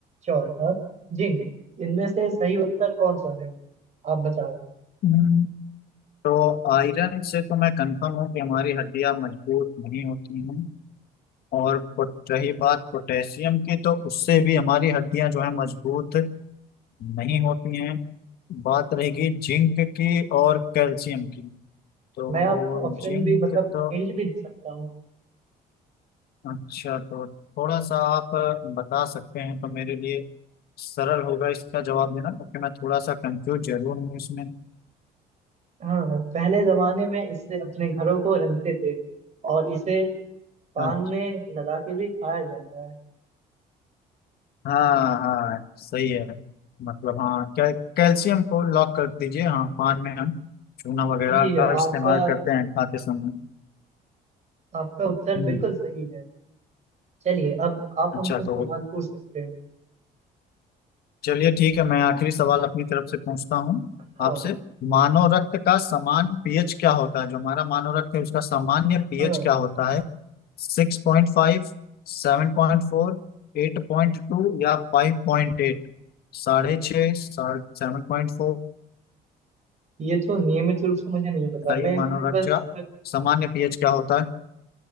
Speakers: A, on the right; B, on the left.
A: चौथा जिंक इनमें से सही उत्तर कौन सा है आप बताओ
B: हम्म। तो आयरन से तो मैं कंफर्म हूँ कि हमारी हड्डियां मजबूत नहीं होती हैं और पोट- रही बात पोटेशियम की तो उससे भी हमारी हड्डियां जो है मजबूत नहीं होती हैं बात रहेगी जिंक की और कैल्शियम की तो
A: मैं आपको ऑप्शन
B: जिंक
A: भी मतलब
B: तो
A: हिंट भी दे सकता हूँ
B: अच्छा तो थोड़ा सा आप बता सकते हैं तो मेरे लिए सरल होगा इसका जवाब देना क्योंकि मैं थोड़ा सा कंफ्यूज जरूर हूँ इसमें
A: हाँ पहले जमाने में इससे अपने घरों को रंगते थे और इसे पान
B: अच्छा,
A: में लगा के भी खाया जाता है
B: हाँ हाँ सही है मतलब हाँ कै, कैल्शियम को लॉक कर दीजिए हाँ पान में हम चूना वगैरह
A: सही है
B: का इस्तेमाल
A: आपका
B: करते हैं खाते समय
A: आपका उत्तर
B: हम्म,
A: बिल्कुल सही है चलिए अब आप
B: अच्छा
A: हमसे सवाल
B: तो
A: पूछ सकते हैं
B: चलिए ठीक है मैं आखिरी सवाल अपनी तरफ से पूछता हूँ
A: हाँ
B: आपसे मानव रक्त का समान पीएच क्या होता है जो हमारा मानव रक्त है उसका सामान्य पीएच
A: हाँ
B: क्या होता है सिक्स पॉइंट फाइव सेवन पॉइंट फोर एट पॉइंट टू या फाइव पॉइंट एट साढ़े छः सेवन पॉइंट फोर
A: ये तो नियमित रूप से मुझे नहीं पता
B: बताइए
A: मैं इसमें
B: मानव
A: बस
B: रक्त का सामान्य पीएच क्या होता है